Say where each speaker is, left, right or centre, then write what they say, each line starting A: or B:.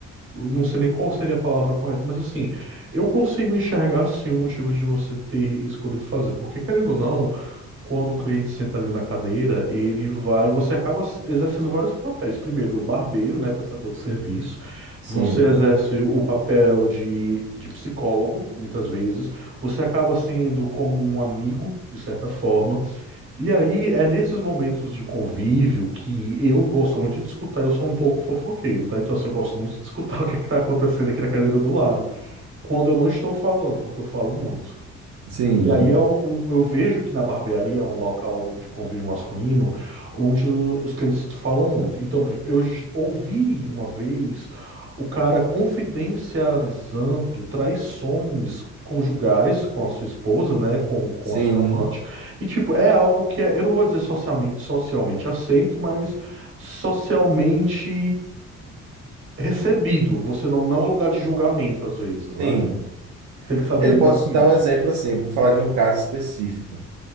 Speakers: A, on the right; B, on the right.
A: eu Não sei nem qual seria a palavra correta, mas assim, eu consigo enxergar, sim, o motivo de você ter escolhido fazer. Porque, querendo ou não, Quando o cliente senta ali na cadeira, ele vai, você acaba s- exercendo vários papéis. Primeiro, o barbeiro, né, prestador de serviço.
B: Sim,
A: Você exerce o papel de, de psicólogo, muitas vezes. Você acaba sendo como um amigo, de certa forma. E aí é nesses momentos de convívio que eu gosto muito de escutar. Eu sou um pouco fofoqueiro, tá? Então, assim, eu gosto muito de escutar <laughs> o que é que tá acontecendo aqui na cadeira do lado. Quando eu não estou falando, porque eu falo muito.
B: sim,
A: E aí é um, um- eu vejo que na barbearia é um local de convívio masculino onde o- os clientes falam muito. Então, por exemplo, eu j- ouvi uma vez o cara confidencializando traições conjugais com a sua esposa, né, com, com
B: sim,
A: a sua amante. E tipo, é algo que é, eu não vou dizer socialmente, socialmente aceito, mas socialmente recebido. Você não, não é um lugar de julgamento às vezes, né?
B: sim.
A: Tem que saber
B: Eu
A: lidar
B: posso
A: com
B: te
A: isso.
B: dar um exemplo assim, eu vou falar de um caso específico.